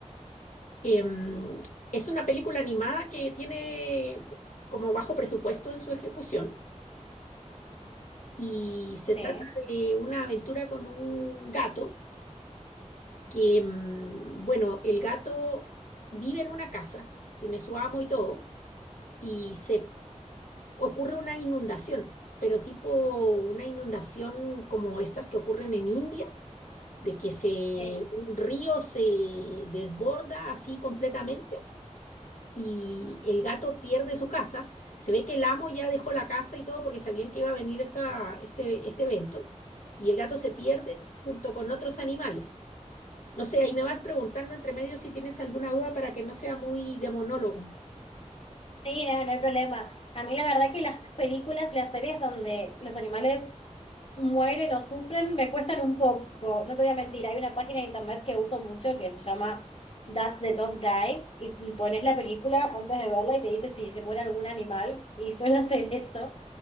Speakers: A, on the left; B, on the left.
A: Em, es una película animada que tiene como bajo presupuesto en su ejecución y se
B: Sí.
A: trata de una aventura con un gato que, em, bueno, el gato vive en una casa, tiene su amo y todo, y se ocurre una inundación, pero tipo una inundación como estas que ocurren en India, de que se,
B: Sí.
A: un río se desborda así completamente y el gato pierde su casa. Se ve que el amo ya dejó la casa y todo porque sabían que iba a venir esta, este, este evento y el gato se pierde junto con otros animales. No sé, ahí me vas preguntando entre medio si tienes alguna duda para que no sea muy de monólogo.
B: Sí, no, no hay problema. A mí la verdad que las películas y las series donde los animales mueren o sufren me cuestan un poco. No te voy a mentir, hay una página de internet que uso mucho que se llama Does the Dog Die? Y pones la película antes de verla y te dice si se muere algún animal y suelo <laughs> hacer eso